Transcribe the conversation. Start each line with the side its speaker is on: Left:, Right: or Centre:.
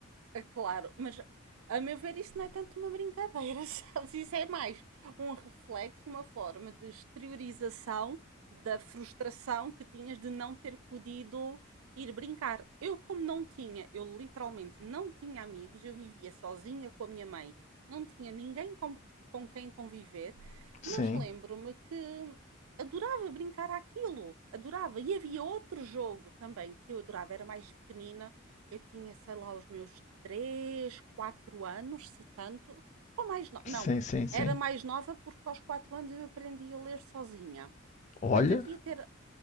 Right: É claro, mas a meu ver isso não é tanto uma brincadeira, <laughs> sabes? Isso é mais um reflexo e uma forma de exteriorização da frustração que tinhas de não ter podido ir brincar. Eu, como não tinha, eu literalmente não tinha amigos, eu vivia sozinha com a minha mãe, não tinha ninguém com, com quem conviver,
Left: Sim,
Right: mas lembro-me que adorava brincar àquilo, adorava. E havia outro jogo também que eu adorava, era mais pequenina eu tinha, sei lá, os meus 3, 4 anos, se tanto, ou mais no...
Left: sim,
Right: não,
Left: sim, sim.
Right: era mais nova porque aos 4 anos eu aprendi a ler sozinha.
Left: Olha.
Right: Portanto, eu devia ter,